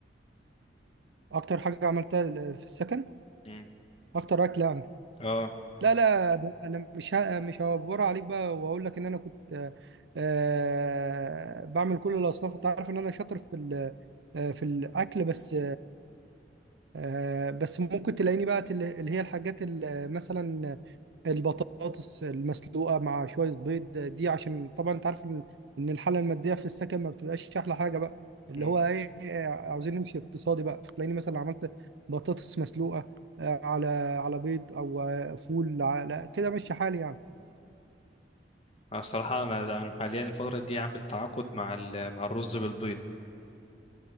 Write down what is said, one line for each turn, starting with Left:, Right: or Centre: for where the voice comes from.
Right: اكتر حاجة عملتها ال- في السكن
Left: مم.
Right: اكتر أكل يعني
Left: اه
Right: لا لا انا أنا مش ه- مش هوفرها عليك بقى واقول لك ان انا كنت آه، بعمل كل الأصناف انت عارف ان انا شاطر في ال- في الاكل بس آه، بس ممكن تلاقيني بقى تل- اللي هي الحاجات ال- مثلا البطاطس المسلوقه مع شويه بيض دي عشان طبعا انت عارف ان إن الحاله الماديه في السكن ما بتبقاش احلى حاجه بقى اللي
Left: مم.
Right: هو ايه آه، عاوزين نمشي اقتصادي بقى فتلاقيني مثلا عملت بطاطس مسلوقه آه، على على بيض او آه، فول على كده ماشي حالي يعني
Left: أنا الصراحة أنا أنا حاليا الفترة دي عامل تعاقد مع ال... مع الرز بالبيض